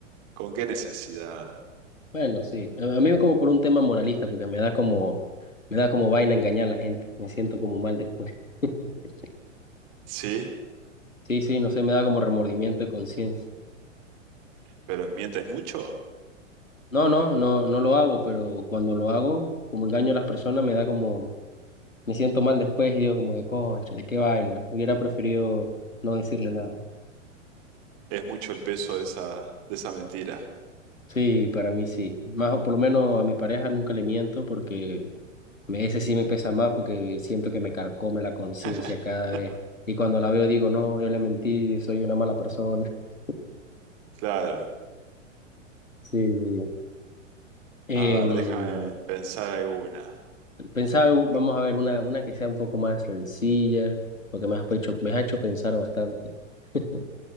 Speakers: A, on the right; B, on the left.
A: ¿con qué necesidad?
B: Bueno, sí. A, a mí como por un tema moralista, porque me da como, me da como vaina engañar a la gente. Me siento como mal después. <laughs>
A: Sí,
B: Sí, sí, no sé, me da como remordimiento de conciencia.
A: pero ¿mientes mucho?
B: No, no, no, no lo hago, pero cuando lo hago, como engaño a las personas, me da como, me siento mal después y digo como que, cónchale, qué vaina. Hubiera preferido no decirle nada.
A: Es mucho el peso de esa, de esa mentira.
B: Sí, para mí sí. Más o por lo menos a mi pareja nunca le miento porque me, ese sí me pesa más porque siento que me carcome la conciencia
A: <laughs>
B: cada vez. Y cuando la veo digo, no, yo le mentí, soy una mala persona. <laughs>
A: Claro.
B: Sí, sí. Em,
A: A ver, déjame pensar alguna.
B: pensaba, u- vamos a ver, una, una que sea un poco más sencilla, porque me has hecho, me has hecho pensar bastante. <laughs>